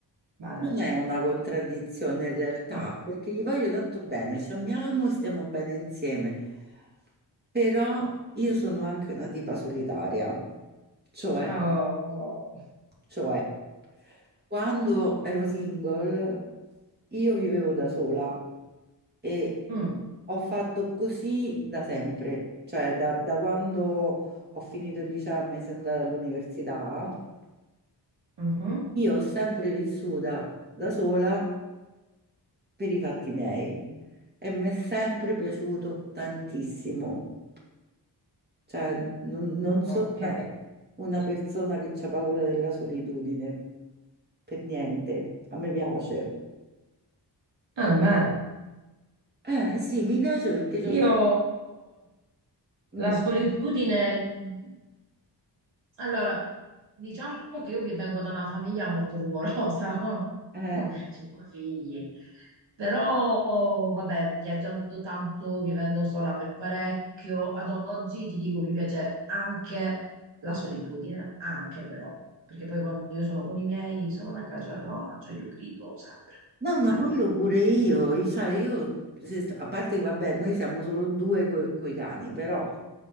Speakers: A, on the right; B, on the right.
A: Bene,
B: Non è una contraddizione in realtà,
A: no.
B: perché gli voglio tanto bene, ci amiamo, stiamo bene insieme, però io sono anche una tipa solitaria, cioè,
A: Oh.
B: cioè, quando ero single io vivevo da sola e
A: Mm.
B: ho fatto così da sempre, cioè da, da quando ho finito il liceo e mi sono andata all'università,
A: Mhm.
B: io ho sempre vissuta da sola per i fatti miei e mi è sempre piaciuto tantissimo. Cioè, non, non sono
A: Ok,
B: una, una persona che ha paura della solitudine, per niente. A me piace.
A: almeno
B: Eh sì, mi piace perché c'ho...
A: io
B: Mm,
A: la solitudine... mm, Allora, diciamo che io vi vengo da una famiglia molto rumorosa,
B: eh.
A: <laughs> cinque figli. Però, vabbè, viaggiando tanto, vivendo sola per parecchio, ad oggi ti dico mi piace anche la solitudine, anche però, perché poi quando io sono con i miei sono una caciarona, cioè io grido sempre,
B: No,
A: sempre.
B: ma quello pure io, io- cioè io, se st- a parte che vabbè, noi siamo solo due coi, coi cani, però